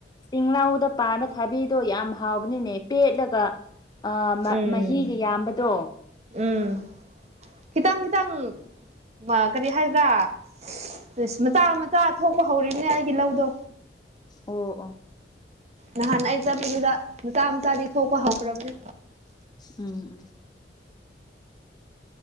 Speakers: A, on the left; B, on the right.
A: ꯆꯤꯡꯂꯧꯗ ꯄꯥꯟꯕ ꯊꯥꯕꯤꯗꯣ ꯌꯥꯝ ꯍꯥꯎꯕꯅꯤꯅꯦ ꯄꯦꯠꯂꯒ ꯑ ꯃ
B: ꯎꯝ
A: ꯃꯍꯤꯒ ꯌꯥꯝꯕꯗꯣ
B: ꯎꯝ ꯈꯤꯇꯪ ꯈꯤꯇꯪ ꯃ ꯀꯔꯤ ꯍꯥꯢꯒꯗ꯭ꯔꯥ <unintelligible> ꯃꯆꯥ ꯃꯆꯥ ꯊꯣꯛꯄ ꯍꯧꯔꯤꯕꯅꯦ ꯑꯩꯒꯤ ꯂꯧꯗꯣ
A: ꯑꯣ ꯑꯣ
B: ꯅꯍꯥꯟ ꯑꯩ ꯆꯠꯄꯗꯨꯗ ꯅꯨꯆꯥ ꯃꯆꯥꯗꯤ ꯊꯣꯛꯄ ꯍꯧꯈ꯭ꯔꯕꯅꯦ
A: ꯎꯝ ꯎꯝ